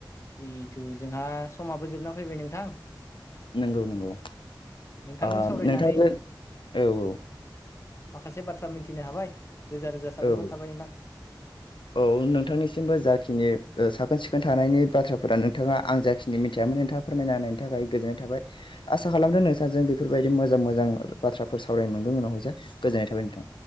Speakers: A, on the left; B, on the left.
A: जिहेथु जोंहा समाबो जोबना फैबाय नोंथां।
B: नंगौ नंगौ
A: नोंथांजों
B: ओ
A: सावरायनानै
B: नोंथांजो औ औ
A: माखासे बाथ्रा मिथिनो हाबाय रोजा रोजा साबायखर
B: औ औ
A: थाबाय नोंथां।
B: औ नोंथांनिसिमबो जाखिनि साखोन सिखोन थानायनि बाथ्राफोरा नोंथाङा आं जाखिनि मिथियामोन नोंथाङा। फोरमायना होनायनि थाखाय गोजोननाय थाबाय। आसा खालामदों नोंसाजों बेफोरबायदि मोजां मोजां बाथ्राफोर सावरायनो मोनदों उनाव जाहाय गोजोननाय थाबाय नोंथां।